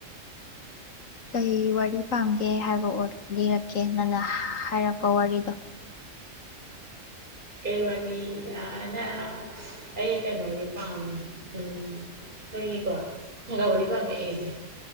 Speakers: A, on the left; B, on the right.
A: ꯀꯩ ꯋꯥꯔꯤ ꯄꯥꯝꯒꯦ ꯍꯥꯏꯔꯣꯑꯣ ꯂꯤꯔꯛꯀꯦ ꯅꯪꯅ ꯍꯥꯏꯔꯛꯄ ꯋꯥꯔꯤꯗꯣ
B: ꯀꯩ ꯋꯥꯔꯤ ꯑ ꯅ ꯑꯩ ꯀꯩꯅꯣꯒꯤ ꯄꯥꯝꯃꯦ ꯎꯝ ꯑꯈꯣꯢꯒꯤ ꯀꯣ ꯐꯨꯡꯒꯥ ꯋꯥꯔꯤ ꯄꯥꯝꯃꯤ ꯑꯩꯁꯦ